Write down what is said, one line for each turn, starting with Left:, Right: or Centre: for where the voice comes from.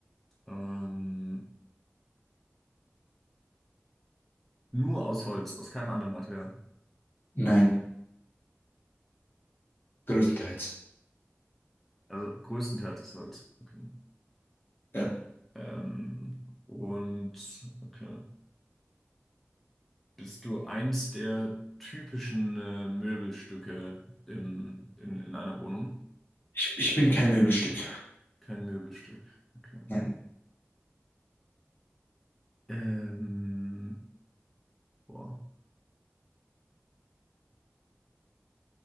Centre: Ähm, nur aus Holz, aus keinem anderen Material.
Left: nein. Größtenteils.
Centre: Also größtenteils aus Holz. Okay.
Left: Ja.
Centre: Ähm, und okay. Bist du eins der typischen äh, Möbelstücke im, in, in einer Wohnung?
Left: Ich, ich bin kein Möbelstück.
Centre: Kein Möbelstück. Okay.
Left: Nein.
Centre: Ähm, boah.